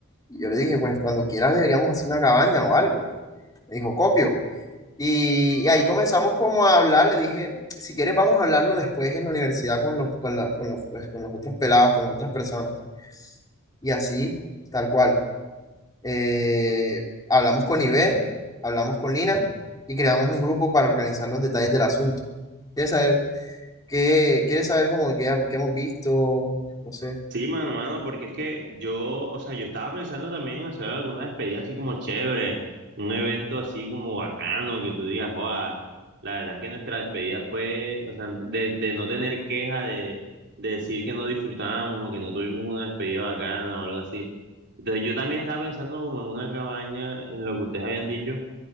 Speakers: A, on the left; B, on the right.
A: Y yo le dije, pues cuando quieras deberíamos hacer una cabaña o algo. Me dijo, copio. Y, y ahí comenzamos como a hablar, le dije, si quieres vamos a hablarlo después en la universidad con los, con la- con los, pues, con los otros pelados, con las otras personas. Y así, tal cual. Eh, hablamos con Ivel, hablamos con Lina y creamos un grupo para organizar los detalles del asunto. ¿Quieres saber? ¿Qué quieres saber como que, ha- que hemos visto? No sé.
B: Sí, mano, mano, porque es que yo, o sea, yo estaba pensando también en hacer alguna despedida así como chévere, un evento así como bacano, que tú digas, joa, la verdad es que nuestra despedida fue, o sea, de, de no tener queja, de, de decir que no disfrutamos o que no tuvimos una despedida bacana o algo así. Entonces yo también estaba pensando como en una cabaña, en lo que ustedes habían dicho,